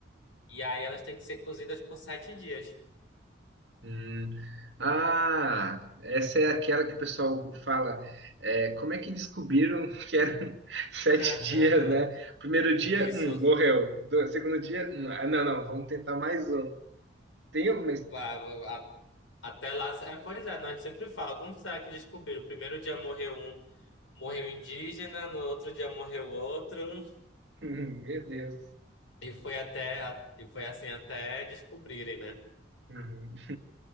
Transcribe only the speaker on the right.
Hum. Ah, essa é aquela que o pessoal fala. é, como é que descobriram <laughs> que eram sete
dias, né? Primeiro dia,
hum, morreu. Do- segundo dia, hum, ah, não, não, vamos tentar mais um. Tem alguma. his-
<laughs> meu Deus.
Uhum,